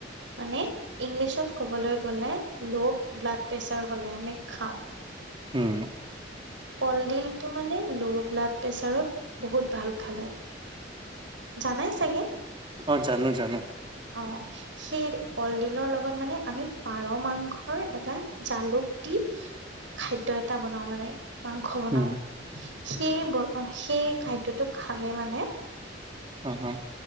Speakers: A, on the right (about 85°); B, on the right (about 25°).
A: মানে ইংলিছত ক'বলৈ গ'লে ল ব্লাড প্ৰেছাৰ হ'লে আমি খাও।
B: উম,
A: কলডিলটো মানে ল' ব্লাড প্ৰেছাৰত বহুত ভাল খালে। জানাই চাগে?
B: অ, জানো - জানো।
A: অ, সেই কলডিলৰ লগত মানে আমি পাৰ মাংসৰ এটা জালুক দি খাদ্য এটা বনাও মানে। মাংস বনাও
B: উম
A: সেই, বত-সেই খাদ্যটো খালে মানে
B: অ - অ।